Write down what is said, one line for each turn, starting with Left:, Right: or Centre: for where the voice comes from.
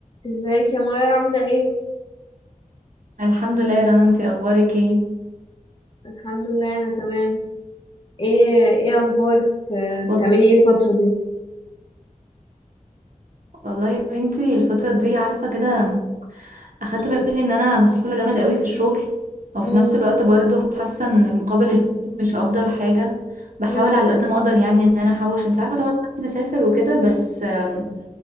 Left: ازيك يا ماير عاملة ايه؟
Right: الحمد لله يا رنا انتي اخبارك ايه
Left: الحمد لله انا تمام ايه ايه اخبارك آه، بتعملي
Right: والله
Left: ايه الفترة دي؟
Right: والله يا بنتي الفتره دي عارفه كده اخدت
Left: مم.
Right: بالي ان انا مسحوله جامد قوي في الشغل وفي
Left: مم.
Right: نفس الوقت برضو حاسه ان المقابل المادي مش افضل حاجه بحاول
Left: مم.
Right: على قد ما اقدر يعني ان انا احوش انت عارفه طبعا انا عايزه اسافر وكده بس آم،